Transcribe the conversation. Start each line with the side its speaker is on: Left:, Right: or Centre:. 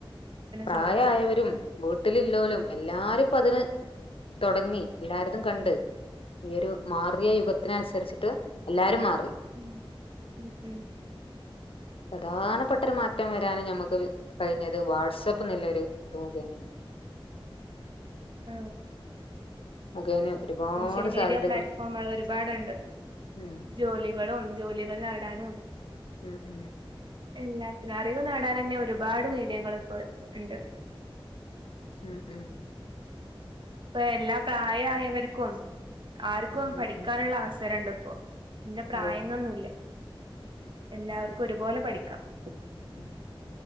Left: പ്രായ
Right: സാധിക്കും
Left: ആയവരും വീട്ടിലില്ലോലും എല്ലാരും അപ്പഅതിന് തുടങ്ങി, എല്ലാര്തും കണ്ട് ഈ ഒരു മാറിയ യുഗത്തിന അനുസരിച്ചിട്ട് എല്ലാരും മാറും
Right: മ് ഉം ഹ്മ്മ്
Left: പ്രധാനപ്പെട്ടൊരു മാറ്റം വരാന് ഞമുക്ക് കഴിഞ്ഞത് വാട്സആപ്പ്നില്ലൊരു രോഗിയാണ്.
Right: ആ
Left: <unintelligible>
Right: സോഷ്യൽ മീഡിയ
Left: സാധ്യതകൾ
Right: പ്ലാറ്റ്ഫോമുകൾ ഒരുപാടുണ്ട്.
Left: ഉം
Right: ജോലികളും ഉണ്ട്. ജോലികൾ നേടാനും
Left: മ് ഹ്മ്മ്
Right: എല്ലാത്തിനും, അറിവ് നേടാനന്നെ ഒരുപാട് മീഡിയകൾ ഇപ്പൊ ഇണ്ട്.
Left: മ് മ്
Right: ഇപ്പ എല്ലാ പ്രായായവർക്കും ആർക്കും
Left: ഉം
Right: പഠിക്കാനുള്ള
Left: ഉം
Right: അവസരണ്ട്. ഇപ്പോ ഇന്ന പ്രായന്നൊന്നുംല്ല,
Left: അതെ
Right: എല്ലാവർ ഒരുപോലെ പഠിക്കാം. കു
Left: ഹ്മ്മ്,